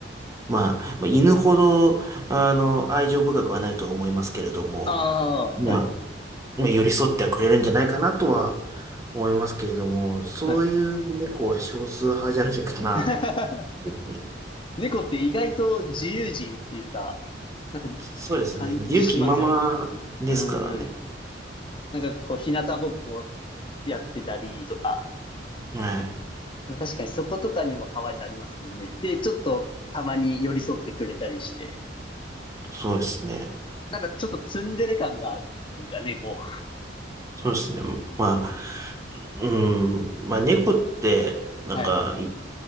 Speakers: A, on the right (about 15°); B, on the left (about 30°).
A: まあ、まあ、犬ほど、あの、愛情深くはないとは思いますけれども、
B: ああー、
A: まあ、
B: はい。
A: まあ寄り添ってはくれるんじゃないかなとは思いますけれども、そういう猫は少数派じゃないかな、
B: はい。<laughs>
A: っていうふうに。
B: 猫って意外と自由人っていうか、なんか感じしますよね。
A: そうですね。自由気ままですからね。
B: うん。なんかこう、日向ぼっこやってたりとか、
A: はい。
B: 確かにそことかにも可愛さありますもんね。で、ちょっとたまに寄り添ってくれたりして、
A: そうですね。
B: なんかちょっとツンデレ感があるというか、猫。
A: そうですね。まあ、うん、まあ猫って、なんか、
B: はい。
A: い